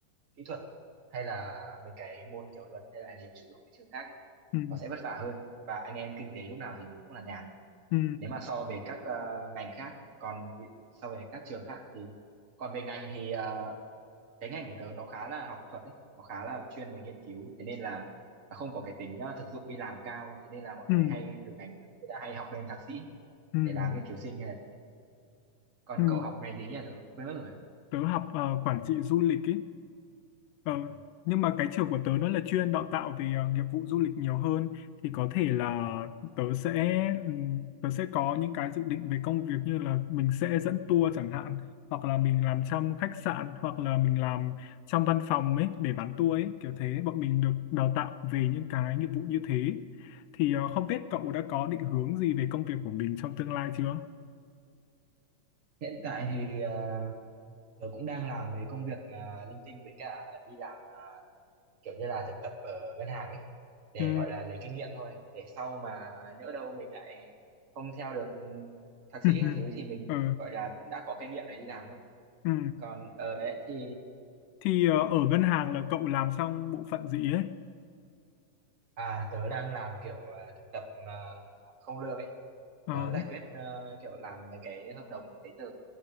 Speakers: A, on the right; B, on the left.
A: kỹ thuật hay là mấy cái môn kiểu luật hay là điều chữ ở mấy trường khác ấy,
B: ừ,
A: nó sẽ vất vả hơn và anh em kinh tế lúc nào thì nó cũng là nhàn
B: ừ,
A: nếu mà so về các ờ, ngành khác còn vị- so về các trường khác thì còn về ngành thì ờ, cái ngành của tớ nó khá là học thuật ấy nó khá là chuyên về nghiên cứu thế nên là nó không có cái tính ờ, thực dụng đi làm cao thế nên là mọi
B: ừ,
A: người hay từ ngành của tớ người ta hay học lên thạc sĩ
B: ừ.
A: để làm
B: Ừ.
A: nghiên cứu sinh hay là còn
B: ừ.
A: cậu học ngành gì nhỉ tớ quên mất rồi
B: tớ học ờ, quản trị du lịch ý Ờ,
A: ừ.
B: nhưng mà cái trường của tớ nó là chuyên đào tạo về ờ, nghiệp vụ du lịch nhiều hơn thì có thể là tớ sẽ ừm, tớ sẽ có những cái dự định về công việc như là mình sẽ dẫn tour chẳng hạn hoặc là mình làm trong khách sạn hoặc là mình làm trong văn phòng ấy để bán tour ấy kiểu thế bọn mình được đào tạo về những cái nghiệp vụ như thế thì ờ, không biết cậu đã có định hướng gì về công việc của mình trong tương lai chưa?
A: hiện tại thì ờ, tớ cũng đang làm mấy công việc ờ, linh tinh với cả đi làm kiểu như là thực tập ở ngân hàng ấy để
B: Ừ.
A: gọi là lấy kinh nghiệm thôi để sau mà nhỡ đâu mình lại không theo được ừ, thạc sĩ
B: <laughs>
A: các thứ thì mình
B: Ừ.
A: gọi là cũng đã có kinh nghiệm để đi làm thôi
B: Ừ.
A: còn ở đấy thì
B: Thì ờ, ở ngân hàng là cậu làm xong bộ phận gì ấy?
A: à tớ đang làm kiểu à, thực tập mà không lương ấy
B: Ờ,
A: tớ giải quyết ờ, kiểu làm mấy cái hợp đồng giấy tờ